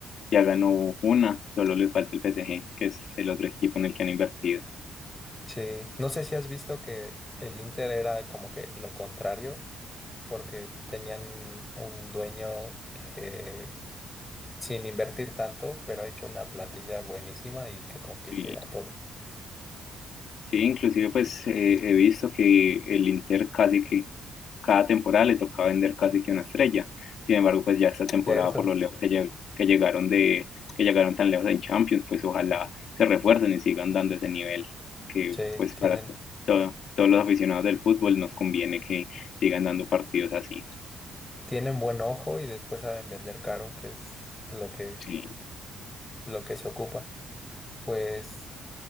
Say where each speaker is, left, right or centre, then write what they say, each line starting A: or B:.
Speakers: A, on the left; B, on the left.
A: ya ganó una, solo les falta el PSG, que es el otro equipo en el que han invertido.
B: Sí, no sé si has visto que el Inter era como que lo contrario, porque tenían un dueño que sin invertir tanto, pero ha hecho una plantilla buenísima y que compite
A: Sí,
B: a todo.
A: Sí, inclusive pues eh, he visto que el Inter casi que cada temporada le tocaba vender casi que una estrella. Sin embargo, pues ya esta temporada
B: Cierto,
A: por lo lejos que, lle- que llegaron de que llegaron tan lejos en Champions, pues ojalá se refuercen y sigan dando ese nivel que
B: sí,
A: pues
B: tienen,
A: para to- todo- todos los aficionados del fútbol nos conviene que sigan dando partidos así.
B: tienen buen ojo y después saben vender caro, que es lo que,
A: Sí,
B: lo que se ocupa. Pues